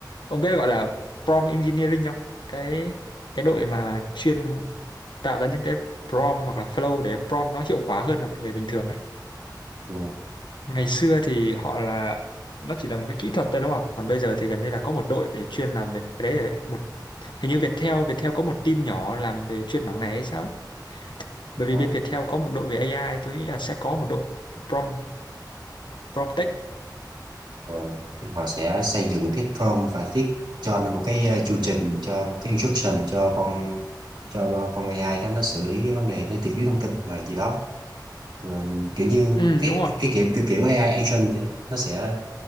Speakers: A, on the left; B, on the right.
A: ông biết gọi là prompt engineering không cái cái đội mà chuyên tạo ra những cái prompt hoặc là flow để prompt nó hiệu quả hơn là một người bình thường ấy
B: Ừ.
A: ngày xưa thì họ là nó chỉ là một cái kỹ thuật thôi đúng không còn bây giờ thì gần như là có một đội để chuyên làm về cái đấy rồi đấy một hình như Viettel Viettel có một team nhỏ làm về chuyên mảng này hay sao ấy bởi vì
B: Dạ.
A: bên Viettel có một đội về AI tôi nghĩ là sẽ có một đội prompt prompt tech
B: Ờ, họ sẽ xây dựng cái prompt và viết cho nó một cái ờ, chu trình cho cái instruction cho con cho con AI đó nó xử lý cái vấn đề nó tìm kiếm thông tin là gì đó Ờ, kiểu như
A: ừ
B: cái
A: đúng rồi
B: cái kiểu kiểu, kiểu AI agent vậy đó nó sẽ